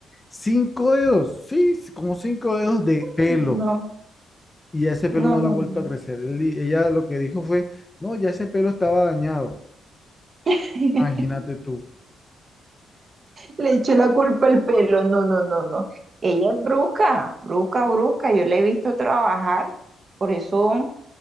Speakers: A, on the left; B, on the right.
A: cinco dedos, sí, s- como cinco dedos de pelo.
B: Uy, No,
A: Y ese
B: no,
A: pelo no
B: no.
A: le ha vuelto
B: no.
A: a crecer. Él di- ella lo que dijo fue, no, ya ese pelo estaba dañado.
B: <laughs>
A: Imagínate tú.
B: Le eché la culpa al pelo. No, no, no, no. Ella es brusca, brusca, brusca. Yo la he visto trabajar. Por eso